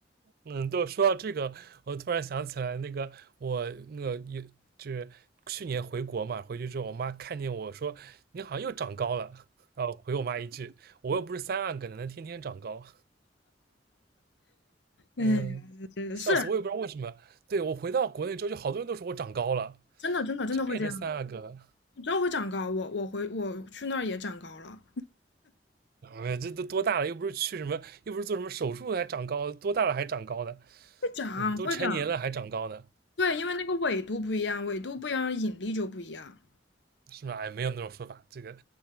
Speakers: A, on the right; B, on the left.
A: 嗯，都说到这个，我突然想起来，那个我那个也就是去年回国嘛，回去之后，我妈看见我说你好像又长高了，然后回我妈一句，我又不是三阿哥，哪能天天长高？
B: 哎呀
A: 嗯，
B: 这这是
A: 笑死，我也不知道为什么。对，我回到国内之后，就好多人都说我长高了，
B: 真的，真的，真的会这样。
A: 真变成三阿哥了。
B: 你真会长高，我我回我去那儿也长高了，
A: 哎，这都多大了？又不是去什么，又不是做什么手术还长高，多大了还长高的？
B: 会长会长。
A: 嗯，都成年了还长高呢。
B: 对，因为那个纬度不一样，纬度不一样，引力就不一样。
A: 是吗？哎，没有那种说法，这个